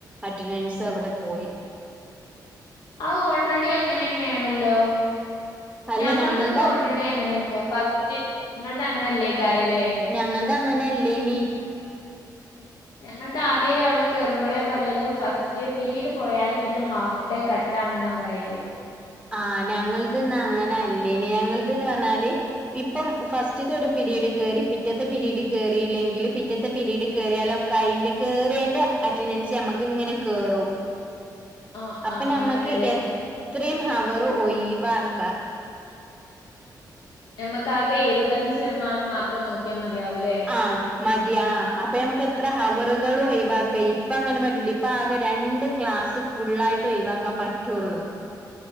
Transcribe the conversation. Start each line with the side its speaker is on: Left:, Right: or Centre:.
Centre: അറ്റനൻസ് അവടെ പോയി.
Left: അഹ് ഓൾറെഡി അങ്ങനെന്നേണല്ലോ
Centre: അല്ല
Left: ഞങ്ങൾതൊക്കെ
Centre: ഞങ്ങൾടെ
Left: ഓൾറെ ഇന്റെ അങ്ങനന്നേ ഫസ്റ്റ് ഇങ്ങൾത് അങ്ങനെല്ലയ്ക്കാരലേ.
Centre: ഞങ്ങളതങ്ങനല്ലയ്നി.
Left: ഞങ്ങളതാതേ അവിടെ കേറുമ്പളെ പറയല് ഫസ്റ്റ് പിരീഡ് പോയാല് പിന്നെ ഹാഫ് ഡേ കട്ട് ട്ടാണെന്നാ പറയല്.
Centre: ആഹ് ഞങ്ങള്ത് ന്നാ അങ്ങനെല്ലയ്നി ഞങ്ങള്ത് ന്ന് പറഞ്ഞാല്. ഇപ്പം ഫസ്റ്റ്ത്തൊരു പിരീഡ്കേറി പിറ്റത്തെ പിരീഡ് കേറിയില്ലെങ്കില് പിറ്റത്തെ പിരീഡ്കേറിയാലോ കയിന്റെ കേറെയെന്റെ അറ്റൻഡൻസമ്മക്കിങ്ങനെ കേറും.
Left: ആഹ്
Centre: അപ്പ
Left: ആഹ്
Centre: നമ്മക്ക്
Left: അങ്ങനെല്ലേ
Centre: എത്രിം ഹവറ് ഒയിവാക്കാ.
Left: നമ്മക്കാകെ എയ്പത്തഞ്ച് ശതമാനം മാത്രം നോക്കിയാമതിയാവൂലേ.
Centre: ആഹ് മതി ആഹ് അപ്പമ്മക്ക് എത്ര ഹവറുകളു ഒ ഴിവാക്ക ഇപ്പങ്ങനെ പറ്റൂലെയ്‌. ഇപ്പ ആകെ രണ്ട് ക്ലാസ് ഫുള്ളായിട്ടൊയിവക്കാം പറ്റുള്ളൂ.